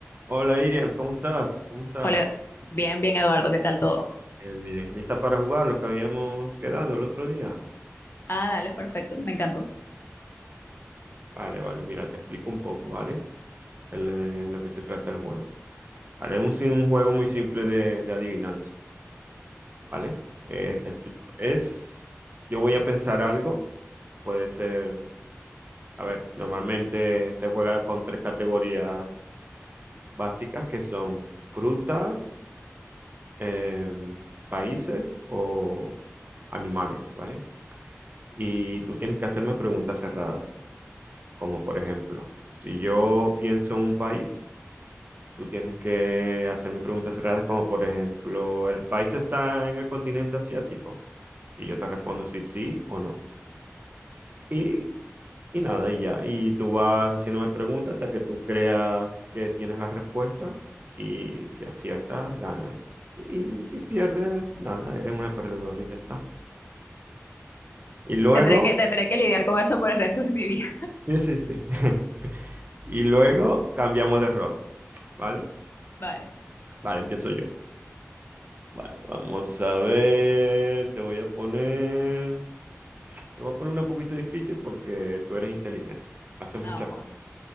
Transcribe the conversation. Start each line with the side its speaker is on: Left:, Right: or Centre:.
Right: Hola Irian, ¿cómo estás? ¿Cómo estás?
Left: Hola, bien, bien, Eduardo, ¿qué tal todo?
Right: Bien, bien. ¿Lista para jugar lo que habíamos quedado el otro día?
Left: Ah, dale, perfecto, me encantó.
Right: Vale, vale, mira, te explico un poco, ¿vale? El- De lo que se trata el juego. Vale, es un, sim- un juego muy simple de, de adivinanza, ¿vale? Eh, te explico. Es, yo voy a pensar algo, puede ser, a ver, normalmente se juega con tres categorías básicas que son frutas, em, países o animales, ¿vale? y tú tienes que hacerme preguntas cerradas, como por ejemplo, si yo pienso un país, tú tienes que hacerme preguntas cerradas, como por ejemplo, ¿el país está en el continente asiático? Y yo te respondo si sí o no. Y, y nada, y ya. Y tú vas haciéndome preguntas hasta que tú creas que tienes la respuesta y si aciertas, gana. Y si pierdes, nada, eres una perdedora y ya está. Y luego,
Left: Tendré que, tendré que lidiar con eso por el resto de mi vida.
Right: sí, sí, sí. <laughs> Y luego cambiamos de rol. ¿vale?
Left: <laughs> Vale,
Right: Vale, empiezo yo. Vale, vamos a ver. Te voy a poner. Te voy a poner una poquito difícil porque tú eres inteligente. Haces
Left: vamos.
Right: muchas cosas.